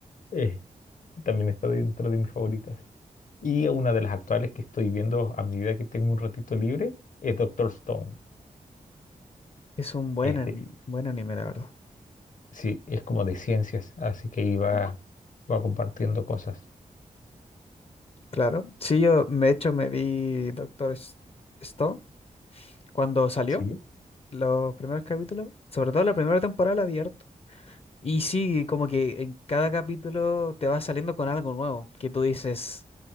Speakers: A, on the left; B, on the left.
A: Eh, también está dentro de mis favoritas. Y una de las actuales que estoy viendo a medida que tengo un ratito libre es Doctor Stone.
B: Es un buen,
A: Este,
B: an- buen anime, la verdad.
A: sí, es como de ciencias, así que iba, iba compartiendo cosas.
B: Claro. Sí, yo, de hecho, me vi Doctor S- Stone cuando salió,
A: Sí.
B: los primeros capítulos, sobre todo la primera temporada la vi harto. Y sí, como que en cada capítulo te va saliendo con algo nuevo, que tú dices,